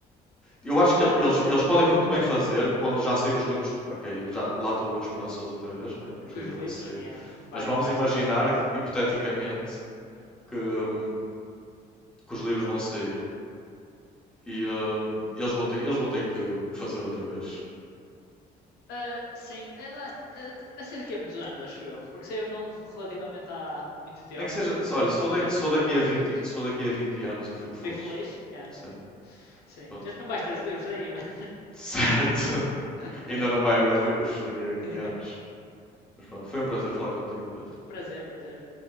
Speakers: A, in the centre; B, on the left.
A: Eu acho que
B: Ahm,
A: eles, eles podem muito bem fazer quando já sair os livros. Ok, já, lá estou eu esperançoso outra vez, né? Que os
B: com
A: livros
B: os livros,
A: vão sair.
B: yeah, não, vai,
A: Mas vamos
B: não vais
A: imaginar,
B: ter sorte.
A: hipoteticamente, que, hum, que os livros vão sair e hum, eles vão ter, eles vão ter que, que fazer outra vez.
B: Ah, sim, é ah, vai ser daqui a muitos anos, acho eu. Porque saiu não relativamente há muito tempo.
A: Nem que seja, olha,
B: Harry
A: se
B: Potter
A: for, da-
B: já saiu
A: se for daqui
B: mesmo
A: a
B: há
A: 20
B: muitos.
A: se for daqui a 20 anos eu fico feliz.
B: Fico feliz? Yeah,
A: Sei,
B: sim.
A: pronto.
B: Já não vais ter os livros aí, mas.
A: Certo. <laughs>
B: <laughs>
A: Ainda não vai haver livros daqui a vinte
B: yeah.
A: anos. Mas pronto, foi um prazer falar contigo, Pedro.
B: Prazer, prazer.